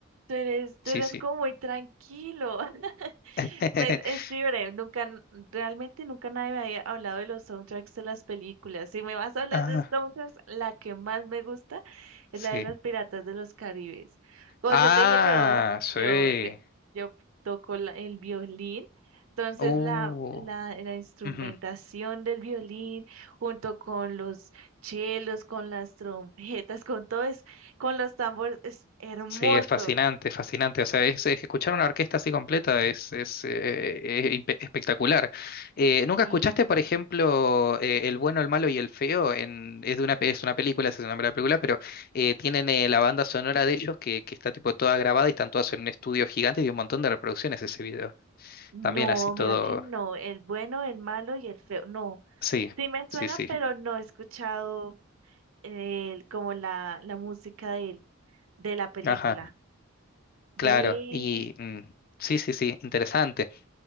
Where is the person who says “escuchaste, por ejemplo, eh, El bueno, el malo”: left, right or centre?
Left